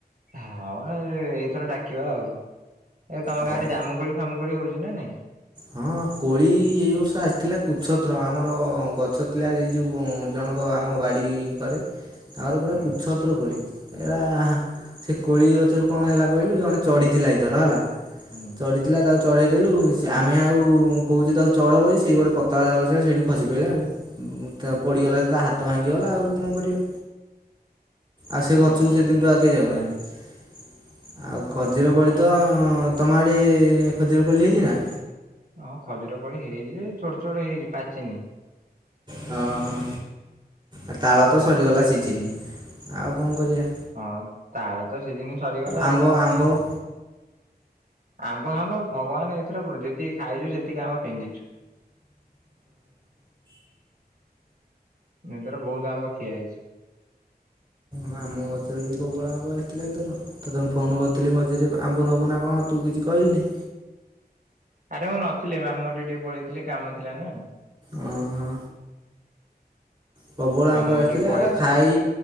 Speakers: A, on the right; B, on the right.
A: ହଁ ଏ ଏଇଥର ଡାକିବା ଆଉ। ଏ ତମ
B: ହଉ।
A: ଗାଁରେ ଜାମୁକୋଳି ଫାମୁକୋଳି ହଉଚି ନା ନାଇଁ।
B: ହଁ କୋଳି ଏଇ ବର୍ଷ ଆସିଥିଲା କୁ୍ଛତ୍ର ଆମର ଗଛ ଥିଲା ଯୋଉ ଜଣଙ୍କ ଆମ ବାଡି କରେ ତାଙ୍କର ପୁରା
A: ହୁଁ
B: କୁଚ୍ଛତ୍ର ପତ୍ର କୋଳି ଏରା ସେ କୋଳି ଗଛରୁ କଣ ହେଲା କହିଲୁ ଜଣେ ଚଢିଥିଲା ଏଇଥର ହେଲା।
A: ହୁଁ।
B: ଚଢିଥିଲା ତାକୁ ଚଢ଼େଇ ଦେଲୁ ସୁ ଆମେ ଆଉ କହୁଛ ତାକୁ ଚଢ଼ ହେବ ବୋଲି ସେ ଗୋଟେ ପତଳା <unintelligible> ସେଇଠୁ ଖସି ପଡ଼ଲା ଆଉ। ତ ପଡିଗଲା ତା ହାତ ଭାଙ୍ଗିଗଲା ଆଉ କଣ କରିବା। ଆଉ ସେ ଗଛକୁ
A: ଓହୋ।
B: ସେ ଦିନ ଠୁ ଆଉକେହି ଯାଉନାହାନ୍ତି। ଆଉ
A: ଓହୋ
B: ଖଜିର କୋଳି
A: ଆ
B: ତ ତମ ଆଡେ ଖଜିର କୋଳି ହେଇଚି ନା?
A: ହଁ ଖଜୁରୀ ହେଇଚି ଯେ ଏ ଛୋ ଛୋଟ ହେଇଚି ପାଚିନି।
B: ହଁ ହଁ ଆ ତାଳ ତ ସରିଗଲା ସିଯିନି ଆଉ କଣ କରିଆ।
A: ହଁ ତାଳ ତ ସିଜିନି ସରିଗଲା
B: ଆମ୍ବ
A: ଏଇନା ଆଉ
B: ଆମ୍ବ
A: କାଇଁ
B: ଓହୋ।
A: ଆମ୍ବ ଫାମ୍ବ ଭଗବାନ ଏଇଥର ଯେତିକି ଖାଇଚୁ ସେତିକି ଆମ୍ବ ଫିଙ୍ଗିଚୁ। ଏଥର ବହୁତ ଆମ୍ବ ଖିଆ ହେଇଚି।
B: ହଁ ଆମ ଗଛରେ ବି ପ୍ରବଳ ଅମ୍ବ ଆସିଥିଲା ଏଇଥର। ତୋତେ ମୁଁ ଫୋନ୍ କରିଥିଲି ମଝିରେ ଆମ୍ବ ନବୁ ନା କଣ ତୁ କିଛି କହିଲୁନି।
A: ଆରେ ମୁଁ ନଥିଲି ମାମୁଁ ଘଟିକି ଟିକେ ପଳେଇଥିଲି କାମ ଥିଲା ନା।
B: ଓ ହୋ। ପ୍ରବଳ
A: ମାମୁଁ
B: ଆମ୍ବ ଆସିଥିଲା
A: ଘଟିକି ପଳେଇଥିଲି।
B: ଏରା ଖାଇ